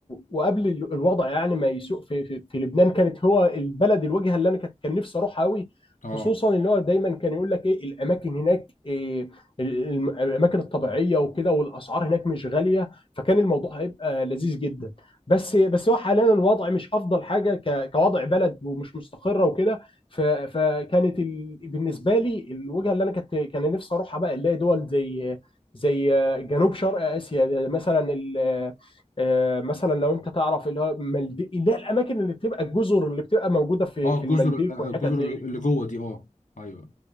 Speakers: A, on the left (about 45°); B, on the left (about 75°).
A: وقبل الوضع يعني ما يسوء في, في, في لبنان كانت هو البلد الوجهه اللي انا كانت- كان نفسي اروحها قوي
B: اه
A: خصوصا اللي هو دايما كان يقول لك ايه الاماكن هناك إيه الم- الاماكن الطبيعيه وكده والاسعار هناك مش غاليه فكان الموضوع هيبقى لذيذ جدا بس بس هو حاليا الوضع مش افضل حاجه ك- كوضع بلد ومش مستقره وكده ف- فكانت ال... بالنسبه لي الوجهه اللي انا كنت كان نفسي اروحها بقى اللي هي دول زي زي جنوب شرق اسيا زي مثلا ال- آه، مثلا لو انت تعرف اللي هو مالديف اللي هي الاماكن اللي بتبقى الجزر اللي بتبقى موجوده في
B: اه
A: في
B: الجزر
A: المالديف
B: آه،
A: والحتت
B: الجزر
A: دي
B: اللي جوه دي اه ايوه